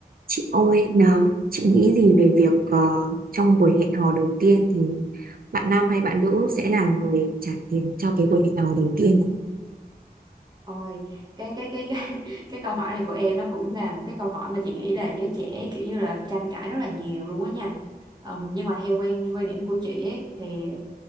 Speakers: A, on the right (about 60°); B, on the right (about 25°).
A: Chị ơi, nào, chị nghĩ gì về việc ờ, trong buổi hẹn hò đầu tiên thì bạn nam hay bạn nữ sẽ là người trả tiền cho cái buổi hẹn hò đầu tiên?
B: Ôi, cái cái cái cái <laughs> cái câu hỏi này của em nó cũng là một cái câu hỏi mà chị nghĩ là giới trẻ kiểu như là tranh cãi rất là nhiều luôn á nha. Ờm, nhưng mà theo quan quan điểm của chị ấy thì